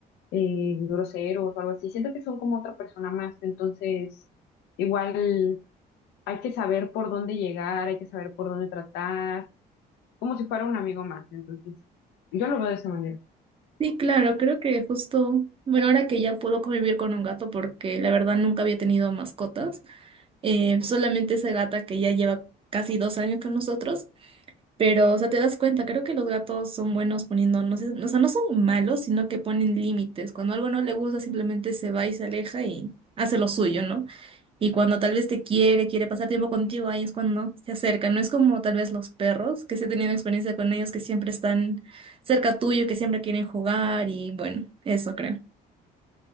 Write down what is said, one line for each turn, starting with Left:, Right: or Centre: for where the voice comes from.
Left: eh, groseros o algo así. Siento que son como otra persona más, entonces igual hay que saber por dónde llegar, hay que saber por dónde tratar, como si fuera un amigo más, entonces yo lo veo de esa manera.
Right: Sí, claro, creo que justo, bueno, ahora que ya puedo convivir con un gato, porque la verdad nunca había tenido mascotas, eh, solamente esa gata que ya lleva casi dos años con nosotros, pero, o sea, te das cuenta, creo que los gatos son buenos poniendo, no sé, o sea, no son malos, sino que ponen límites. Cuando algo no le gusta, simplemente se va y se aleja y hace lo suyo, ¿no? Y cuando tal vez te quiere, quiere pasar tiempo contigo, ahí es cuando se acerca. No es como tal vez los perros, que sí he tenido experiencia con ellos, que siempre están cerca tuyo, que siempre quieren jugar y bueno, eso creo.